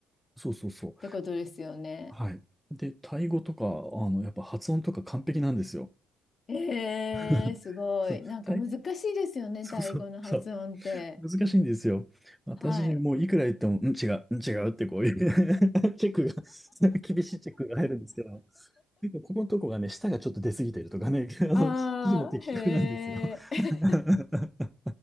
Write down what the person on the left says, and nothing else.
てことですよね。
ええ、
すごい。
なんか難しいですよね。
タイ語の発音って。
はい。
ああ、
へえ。
<laughs>